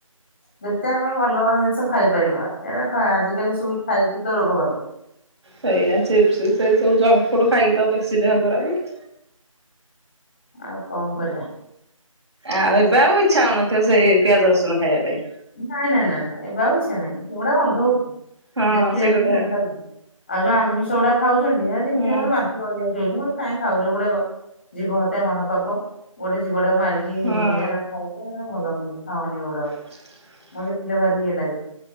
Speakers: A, on the left; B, on the right.
A: ଯେତେ ଆମେ ଭଲ ଜିନିଷ ଖାଇପାରିବା ଏରା କା ଆଜିକାଲି ସବୁ ଖାଇକି <unintelligible>
B: ସେଇଆ ଚିପ୍ସ୍ ସେଇ ସବୁ ଜଙ୍କ ଫୁଡ ଖାଇକି ତ ବେଶୀ ଦେହ ଖରାପ୍।
A: ଆଉ କଣ କରିବା।
B: ଆଉ ଏବେ ଆଉ ଇଚ୍ଛା ହଉନଥିବ ସେଇ ପିଆଜ ରସୁଣ ଖାଇବା ପାଇଁ।
A: ନାଇଁ ନାଇଁ ନାଇଁ ଏବେ ଇଚ୍ଛା ନାଇଁ ସେଉଡା ଗନ୍ଧ ହଉଛି।
B: ହଁ
A: ଦେଖିଲି
B: ସେ
A: ଏଟା
B: ଗୋଟେ
A: ଭଲ ଲାଗୁଛି ଆଉ ଯୋଉ ଆମିଷ ଗୁଡା ଖାଉଛନ୍ତି ସେଟା ଦେଖିଲେ
B: ହୁଁ
A: ମତେ ବାନ୍ତି ମାଢ଼ି ଆସିଯାଉଛି। କାହିଁକି ଖାଉଛ ଏ ଗୁଡାକ ଜୀବ ହତ୍ୟା ମହାପାପ ଗୋଟେ ଜୀବ ତାକୁ ମାରିକି
B: ହଁ
A: ଏରା ଖାଉଛ ଏରା ଭଲ ନୁହେଁ ଖାଅନି ଏଗୁଡାକ।
B: <inaudible>
A: ମୋ ଦେଖିଲେ ଭାରି ଇଏ ଲାଗେ,